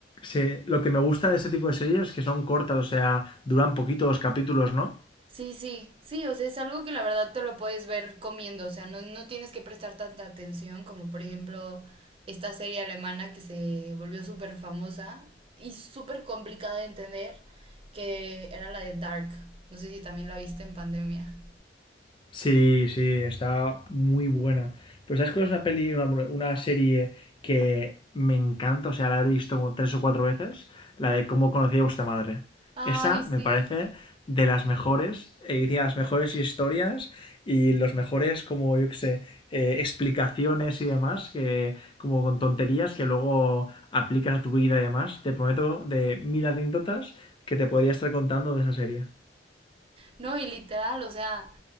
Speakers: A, on the left (about 30°); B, on the right (about 30°).
A: se- lo que me gusta de ese tipo de series es que son cortas, o sea, duran poquito los capítulos, ¿no?
B: sí, sí, sí, o sea, es algo que la verdad te lo puedes ver comiendo, o sea, no, no tienes que prestar tanta atención como por ejemplo esta serie alemana que se volvió súper famosa y súper complicada de entender, que era la de Dark. No sé si también la viste en pandemia.
A: Sí, sí, está muy buena. Pero ¿sabes cuál es una peli, una, una serie que me encanta? O sea, la he visto como tres o cuatro veces. La de cómo conocí a vuestra madre.
B: Ay,
A: Esa
B: sí.
A: me parece de las mejores, eh, tiene las mejores historias y los mejores, como yo que sé, eh, explicaciones y demás, que como con tonterías que luego aplicas a tu vida y demás. Te prometo de mil anécdotas que te podría estar contando de esa serie.
B: No, y literal, o sea,